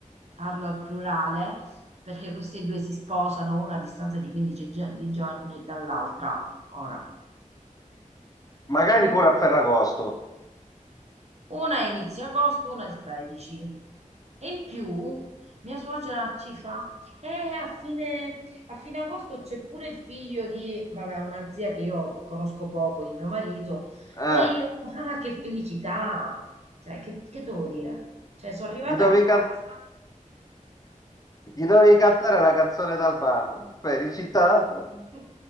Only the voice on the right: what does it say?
Parlo al plurale perché queste due si sposano una a distanza di 15 gio- di giorni dall'altra. Ora,
veramente
una a inizio agosto, una il 13. E in più mia suocera ci fa, eh, a fine, a fine agosto c'è pure il figlio di, vabbè, una zia che io conosco poco, di mio marito,
e io, ah, che felicità! Cioè, che, che devo dire? Cioè, sono arrivata
a casa,
<laughs>